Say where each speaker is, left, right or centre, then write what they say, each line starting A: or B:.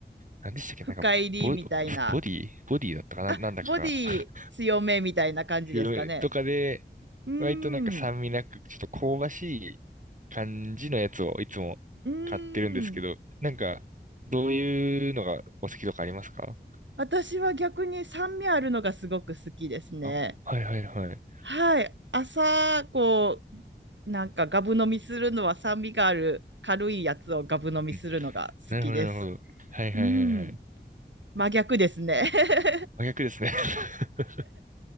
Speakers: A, on the right; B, on the right.
A: なんでしたっけ、
B: 深入りみたいな。
A: なんかボ、ボディボディだったかな、
B: あ、
A: なんだかが、
B: ボディ強めみたいな感じですかね。
A: <laughs> 強いとかで、
B: うん。
A: 割となんか酸味なく、ちょっと香ばしい感じのやつをいつも買ってるんですけど、
B: うーん。
A: なんか、どういうのがお好きとかありますか
B: 私は逆に酸味あるのがすごく好きですね。
A: あ、はいはいはい。
B: はい。朝、こう、なんかガブ飲みするのは酸味がある軽いやつをガブ飲みするのが好きです。
A: うんなるほど、なるほど。はいはいはいはい。
B: うん。真逆ですね。<laughs>
A: 真逆ですね。<laughs>